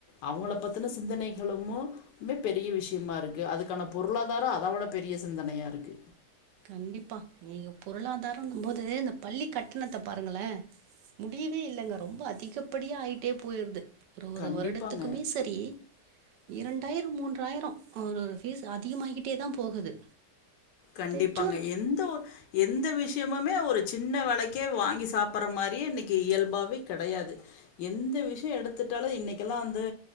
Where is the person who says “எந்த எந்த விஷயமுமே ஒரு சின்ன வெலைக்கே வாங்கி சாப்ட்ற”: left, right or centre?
Left